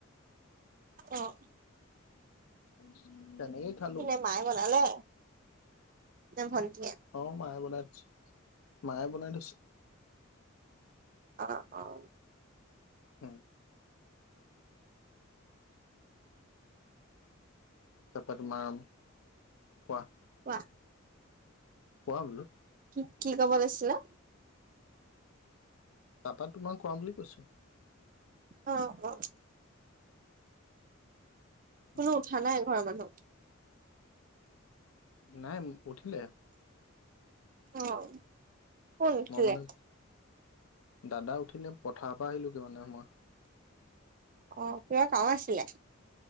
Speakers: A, on the right (about 40°); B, on the left (about 80°).
A: অ'।
B: <unintelligible> খালো
A: <unintelligible> মায়ে বনালে নে ভন্টিয়ে
B: অ' মায়ে বনাই থৈছে, মায়ে বনাই থৈছে।
A: অ', অ'।
B: হম। তাৰপা তোমাৰ, কোৱা?
A: কোৱা
B: কোৱা বোলো।
A: কি কি ক'ব লৈছিলা?
B: তাৰপা তোমাৰ কোৱা বুলি কৈছো।
A: অ', অ'।
B: উম
A: কোনো উঠা নাই ঘৰৰ মানুহ?
B: নাই উঠিলে।
A: অ', কোন উঠিলে?
B: মই মানে দাদা উঠিলে পথাৰৰ পৰা আহিলো গে মানে মই।
A: অ', কিবা কাম আছিলে?